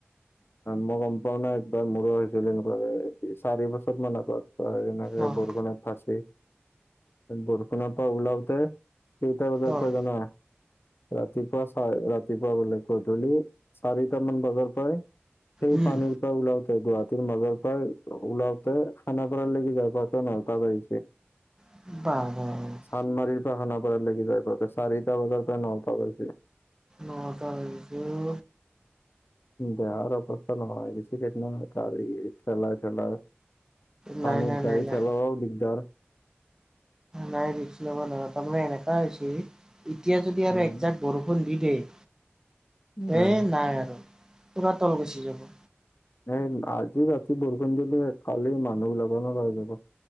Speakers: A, on the left (about 60°); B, on the right (about 15°).
A: মই গম পাও নাই একবাৰ মোৰো হৈছিল এনেকুৱা চাৰি বছৰ মান আগত এনেকে
B: অ',
A: বৰষূুণত ফাঁচি বৰষুনৰ পৰা ওলাতে কেইটা বজাৰ
B: অ',
A: পৰা জানা ৰাতিপুৱা চা ৰাতিপুৱা বোলে গধূলি চাৰিটা মান বজাৰ পৰাই সেই
B: উম,
A: পানীৰ পৰা ওলওতে গুৱা। হাতীৰ মাজৰ পৰা ওলাওতে, খানাপাৰাৰ লৈকে যোৱাতে নতা বাজিছে।
B: <unintelligible>
A: চান্মাৰীৰ পৰা, খানাপাৰালৈকে যায়, তাতে চাৰিটা বজাৰ পৰা নটা বাজিছে।
B: ন তাৰিখেও
A: দেহাৰ অৱস্থা নহা হৈ গৈছে, কেইদিনমান কালি খেলাই থেলাই-
B: নাই
A: পানীত
B: নাই
A: গাড়ী
B: নাই নাই
A: চলোৱাৰ দিগদাৰ।
B: নাই ৰিক্স লবা নৰা তাৰমানে এনেকা হৈ হৈছে, এতিয়া যদি আৰু
A: উম
B: একজাক্ট বৰষুণ- খুন্দি দেই,
A: উম
B: এই নাই আৰু পুৰা তল গুচি যাব
A: এ আজি ৰাতি বৰষুণ দিলে, খালি মানুহ বিলাকৰো ওলাব নোৱাৰা হৈ যাব-